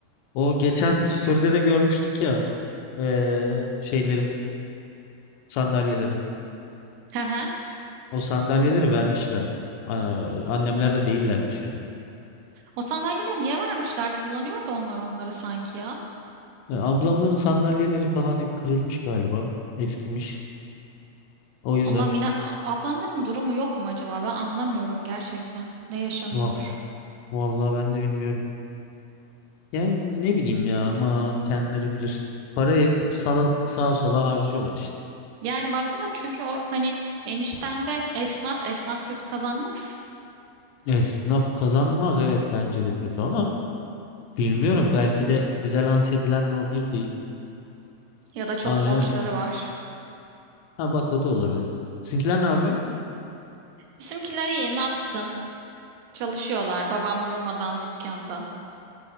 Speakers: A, on the left (about 80°); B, on the right (about 80°).
A: O geçen story'de de görmüştük ya. ee, şeyleri, sandalyeleri.
B: Aha.
A: O sandalyeleri vermişler. Aa, annemler de değillermiş yani.
B: O sandalyeleri niye vermişler? Kullanıyordu onlar onları sanki ya.
A: E, ablamların sandalyeleri falan hep kırılmış galiba. Eskimiş. O yüzden.
B: Allah'ım yine a- ablanların durumu yok mu acaba? Ben anlamıyorum gerçekten. Ne yaşanıyor?
A: No. Vallahi ben de bilmiyorum. Yani ne bileyim ya aman kendileri bilir. Parayı sala, sağa sola harcıyorlar işte.
B: Yani baktığında çünkü o hani enişten de esnaf esnaf kötü kazanmaz.
A: Yani esnaf kazanmaz evet bence de kötü ama bilmiyorum belki de bize lanse edilen o bir değil.
B: Ya da çok
A: Ama yani.
B: borçları var.
A: Ha bak o da olabilir. Sizinkiler ne yapıyor?
B: Bizimkiler iyi, ne yapsın? Çalışıyorlar. Babam durmadan dükkanda.